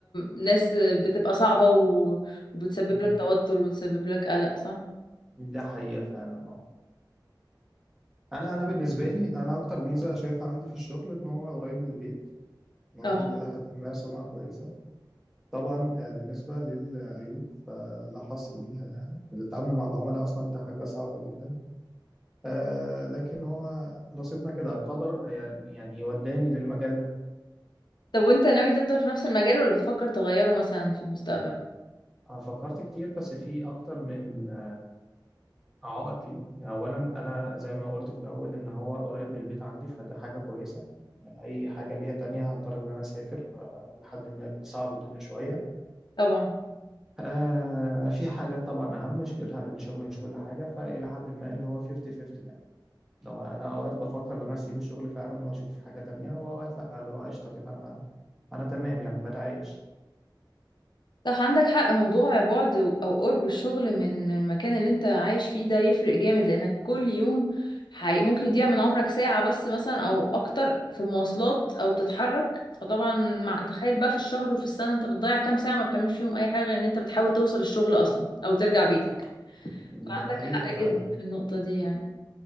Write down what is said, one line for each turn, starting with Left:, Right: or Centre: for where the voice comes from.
Left: ناس بتبقى صعبه و... وبتسبب
Centre: مم.
Left: لك توتر وبتسبب لك قلق صح
Centre: ده حقيقة فعلا اه انا انا بالنسبة لي انا اكتر ميزة شايفها عندي في الشغل ان هو قريب من البيت واخد
Left: اه
Centre: إلى حد ما سمعة كويسة طبعا آه، بالنسبة للعيوب فلا حصر ليها يعني التعامل مع العملاء أصلا ده حاجة صعبة جدا آه، لكن هو نصيبنا كده قدر آه، يعني وداني للمجال ده
Left: طب وانت ناوي تفضل في نفس المجال ولا بتفكر تغيره مثلا في المستقبل
Centre: آه، فكرت كتير بس في أكتر من آه، آه، عائق لي يعني أولا أنا زي ما قلت في الأول إن هو قريب من البيت عندي فده حاجة كويسة أي حاجة ليا تانية هضطر إن أنا أسافر آه، لحد ما بتصعب الدنيا شوية
Left: طبعا
Centre: آه في حاجات طبعا أهم مش كل الشغل مش كل حاجة فإلى حد ما اللي هو 50-50 يعني لو أنا أوقات بفكر إن أنا أسيب الشغل فعلا وأشوف حاجة تانية وأوقات لأ اللي هو قشطة كده أنا أنا تمام يعني بتعايش
Left: صح عندك حق موضوع بعد او قرب الشغل من المكان اللي انت عايش فيه ده يفرق جامد لانك كل يوم حي... ممكن يضيع من عمرك ساعة بس مثلا او اكتر في مواصلات او بتتحرك فطبعا مع تخيل بقى في الشهر وفي السنة انت بتضيع كام ساعة ما بتعملش فيهم اي حاجة غير ان انت بتحاول توصل الشغل اصلا او ترجع بيتك
Centre: ده
Left: فعندك
Centre: حقيقة
Left: حق
Centre: فعلا
Left: جدا في النقطة دي يعني